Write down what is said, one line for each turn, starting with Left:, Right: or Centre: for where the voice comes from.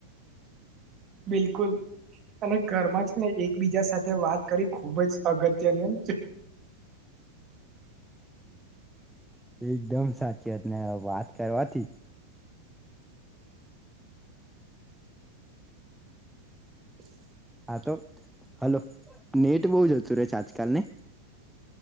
Right: બિલકુલ. અને ઘરમાં જ એકબીજા સાથે વાત કરી ખુબ જ અગત્યની છે.
Centre: એકદમ સાચીવાત અને વાત કરવાથી
Right: <inaudible>
Centre: હા તો હલો નેટ બહુ જતું રહેે છે આજકાલને.